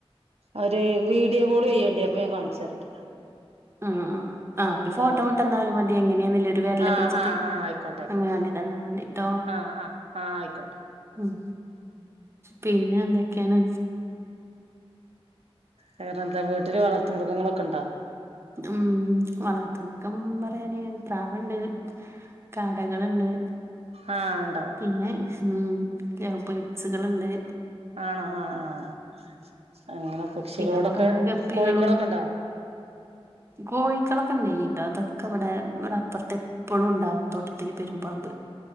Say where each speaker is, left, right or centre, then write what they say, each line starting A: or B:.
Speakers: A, on the right; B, on the right.
A: ഒര് വീഡിയോ കോൾ ചെയ്യേണ്ടി അപ്പൊ ഞാൻ കാണിച്ചെര്ണ്ട്.
B: ആ ആ ഒരു ഫോട്ടോ
A: ട്ടോ
B: വിട്ടന്നാലും മതി എങ്ങനെയ വെരെലൊക്കെ
A: ആഹ്
B: വെച്ചിട്ട്
A: ആഹ് ആഹ് ആയിക്കോട്ടെ ആയിക്കോട്ടെ
B: അങ്ങനെ കാട്ടി തന്നാ മതി ട്ടോ
A: ആഹ് ആഹ് ആഹ് ആയിക്കോട്ടെ
B: ഉം പിന്നെ എന്തൊക്കെയാണ്?
A: വേറെന്ത വീട്ടില് വളർത്ത് മൃഗങ്ങളൊക്കെണ്ടോ?
B: ഉം വളർത്ത മൃഗം പറയാന് പ്രാവ്ണ്ട്. കാടകളുണ്ട്.
A: ആ ഇണ്ടോ.
B: പിന്നെ ഉ ലൗബെഡ്സുകള്ണ്ട്.
A: ആണോ ആഹ് ആഹ് അങ്ങനെ പക്ഷികളോടൊക്കെ
B: പിന്നെ കൊറേ ഗപ്പികളും
A: കോഴിക്കളൊക്കെണ്ടോ?
B: കോഴിക്കളൊക്കെ ഉണ്ടൈന്ട്ടോ അതൊക്കെ ഇവിടെവിടെ അപ്പുറത്തെ ഇപ്പളുണ്ടാവും തോട്ടത്തില് പെരുമ്പാമ്പ്.